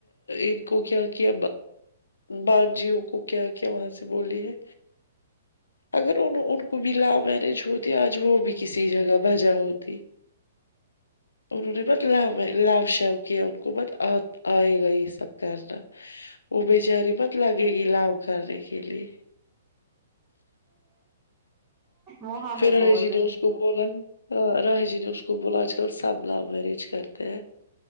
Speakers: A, on the left; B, on the right.
A: ان کو کیا کیا بانجیوں کو کیا کیا وہاں سے بولی ہے اگر ان ان کو بھی لو میرج ہو دیا وہ بھی کسی جگہ بجا ہوتی اورہ نے ب لو شو کیا ان کو بت آ آئے گا یہ سب کرنا امیچاری مت لگے گی لو کرنے کے لیے
B: وہ ہمیں
A: پھر راہی
B: بول
A: جی
B: رہے
A: نے اس کو بولا ہ راہ جی نے اس کو بولا آج کل سب ل میرے کرتے ہیں